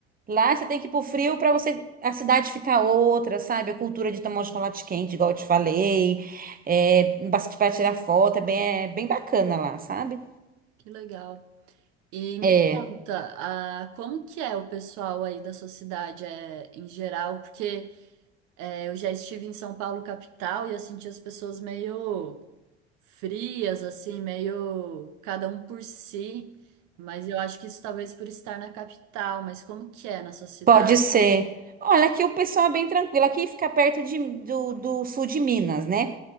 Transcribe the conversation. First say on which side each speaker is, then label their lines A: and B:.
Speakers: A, on the right; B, on the right.
A: Lá você tem que ir pro frio pra você a cidade ficar outra, sabe? A cultura de tomar um chocolate quente, igual eu te falei. É, bastante para tirar foto, é bem, é bem bacana lá, sabe?
B: Que legal. E me
A: É.
B: conta, ah, como que é o pessoal aí da sua cidade, é, em geral? Porque é, eu já estive em São Paulo, capital, e eu senti as pessoas meio frias, assim, meio cada um por si. Mas eu acho que isso talvez por estar na capital, mas como que é na sua cidade?
A: Pode ser. Olha, aqui o pessoal é bem tranquilo. Aqui fica perto de- do, do sul de Minas, né?